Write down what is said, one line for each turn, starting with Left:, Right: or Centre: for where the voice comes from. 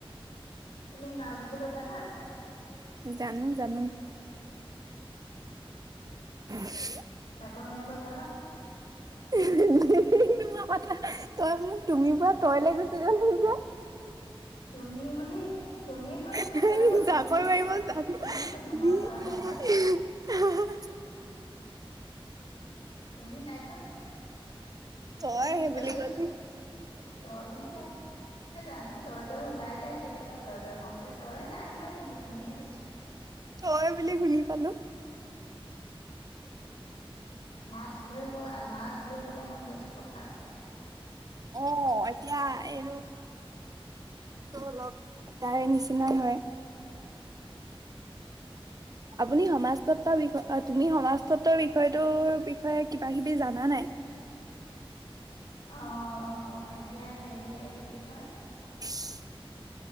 Left: তুমি মাছ ধৰিব জানা?
Right: জানো, জানো। <inaudible>
Left: জাকৈ মাৰিব জানা?
Right: তই মোক তুমি পৰা তই ল' গুচি গলি যে।
Left: তুমি বুলি তুমি
Right: জাকৈ
Left: কৈছো নে তই কৈছো তুমি কৈছো
Right: মাৰিব
Left: তুমি কৈছো মই তই নাই কোৱা
Right: জানা?
Left: তুমি নাই কোৱা।
Right: তই
Left: তুমি
Right: সেই
Left: কৈছো
Right: বুলি কলি
Left: তই বুলি নাই জানো তই তই ওলাই যাই কেতিয়া কেতিয়াবা তই তই কওঁতে তই নাই কোৱা কিন্তু তুমিয়ে কৈছো।
Right: তই বুলি শুনি পালো।
Left: মাছ ধৰিব মাছ ধৰিবলৈ মন গৈছে পথাৰত।
Right: অ' এতিয়া এই অলপ তাৰে নিচিনাই হয়। আপুনি সমাজ তত্বৰ বিষয় তুমি সমাজ তত্বৰ বিষয়টো বিষয়ে কিবা কিবি জানা নাই?
Left: অ' এতিয়া হেৰি এইটো কি কয়
Right: <inaudible>